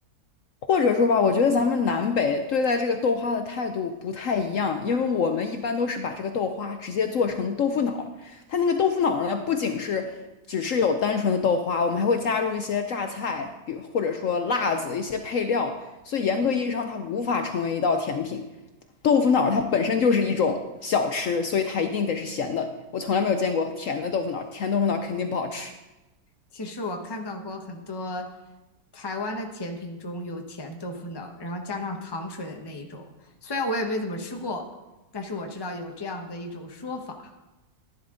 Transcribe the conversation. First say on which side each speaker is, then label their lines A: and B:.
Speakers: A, on the left; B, on the left.
A: 或者说吧，我觉得咱们南北对待这个豆花的态度不太一样，因为我们一般都是把这个豆花直接做成豆腐脑它那个豆腐脑呢，不仅是只是有单纯的豆花，我们还会加入一些榨菜，比如或者说辣子一些配料，所以严格意义上它无法成为一道甜品。豆腐脑它本身就是一种小吃，所以它一定得是咸的。我从来没有见过甜的豆腐脑甜豆腐脑肯定不好吃。
B: 其实我看到过很多台湾的甜品中有甜豆腐脑，然后加上糖水的那一种。虽然我也没怎么吃过，但是我知道有这样的一种说法。